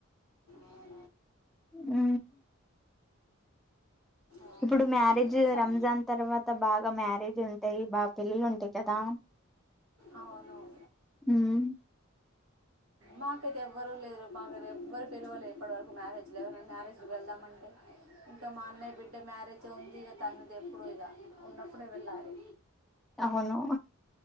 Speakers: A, on the right; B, in the centre.
A: అవును
B: హు
A: అవునండి
B: ఇప్పుడు మ్యారేజ్
A: వేసాం
B: రంజాన్ తర్వాత బాగా మ్యారేజ్ ఉంటాయి బాగా పెళ్ళిలు ఉంటాయి కదా
A: అవునువు
B: ఉమ్
A: మాకైతే ఎవ్వరు లేరు మా మమ్మల్ని ఎవ్వరు పిలవలే ఎప్పటివరకు మ్యారేజ్లో ఎవర మ్యారేజ్కి వెళ్దామంటే ఇంకా మా అన్నయ్య బిడ్డ మ్యారేజ్ ఉంది తనది ఎప్పుడు ఇగో ఉన్నప్పుడే వెళ్ళాలి
B: అవును